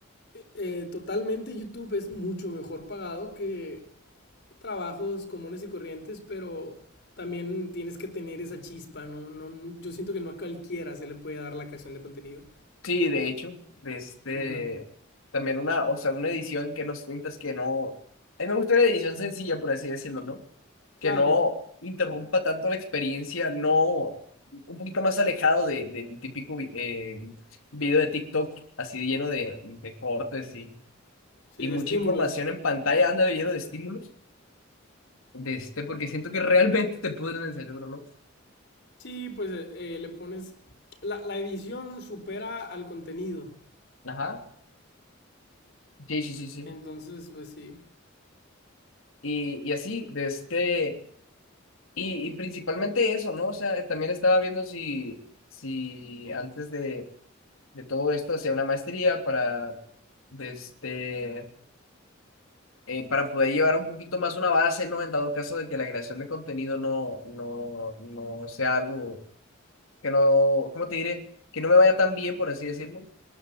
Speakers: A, on the left; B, on the left.
A: eh, totalmente YouTube es mucho mejor pagado que trabajos comunes y corrientes, pero también tienes que tener esa chispa, ¿no? No, yo siento que no a cualquiera se le puede dar la creación de contenido.
B: Sí, de hecho, de este,
A: Ujú.
B: también una, o sea, una edición que nos cuentas que no, a mí me gusta una edición sencilla, por así decirlo, ¿no? Que
A: Claro,
B: no interrumpa tanto la experiencia, no, un poquito más alejado de, del típico vi- eh, video de TikTok, así lleno de, de cortes y,
A: sí,
B: y
A: de
B: mucha
A: estímulos.
B: información en pantalla, anda lleno de estímulos, de este, porque siento que realmente te pudren el cerebro, ¿no?
A: Sí, pues eh, eh, le pones... La, la edición supera al contenido.
B: Ajá, sí, sí, sí, sí.
A: Entonces, pues sí.
B: Y, y así, de este... Y, y principalmente eso, ¿no? O sea, también estaba viendo si, si antes de, de todo esto hacía una maestría para, de este, eh, para poder llevar un poquito más una base, ¿no? En dado caso de que la creación de contenido no, no, no sea algo que no, ¿cómo te diré? Que no me vaya tan bien, por así decirlo.